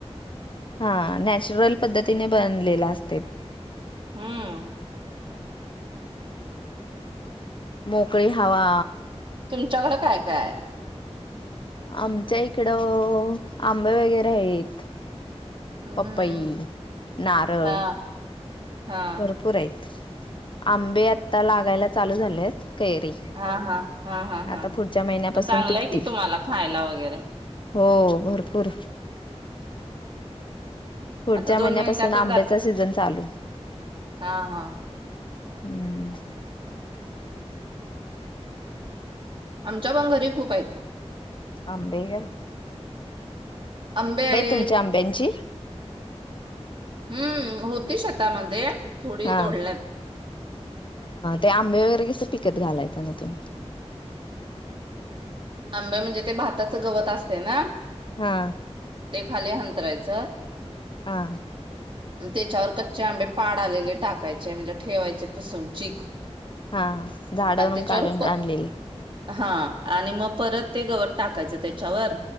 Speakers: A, on the left; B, on the right.
A: हा, नॅचरल पद्धतीने बनलेल असतय ते.
B: हम्म.
A: मोकळी हवा.
B: तुमच्याकडं काय-काय हाय?
A: आमच्या इकडं, आंबे वगैरे आहेत.
B: हम्म
A: पपई, नारळ
B: हा हा
A: भरपूर आहेत. आंबे आता लागायला चालू झाल्यात, कैरी
B: हा-हा, हा-हा-हा
A: आता पुढच्या महिन्यापासून
B: मग चांगलंय
A: पिकतील
B: की तुम्हाला खायला वगैरे.
A: हो, भरपूर. पुढच्या
B: आता
A: महिन्यापासून
B: दोन मिनिटातच
A: आंब्याचा सीझन चालू.
B: हा-हा.
A: हम्म
B: आमच्या पण घरी खूप आहेत.
A: आंबेय
B: आंबे आहेत.
A: तुमच्या आंब्यांची
B: हम्म, होती शेतामध्ये. थोडी
A: हा,
B: तोडल्यात
A: ते आंबे वगैरे कसे पिकत घालायचं मग तुम्ही?
B: आंबे म्हणजे, ते भाताचं गवत असते ना
A: हा.
B: ते खाली अंतरायचं
A: हा.
B: त्याच्यावर कच्चे आंबे, पाड आलेले टाकायचे, म्हणजे ठेवायचे पुसून चीक
A: हा, झाडवरून
B: आणि त्याच्यावर
A: काढून
B: प
A: आणलेले.
B: हा, आणि मग परत ते गवत टाकायचं त्याच्यावर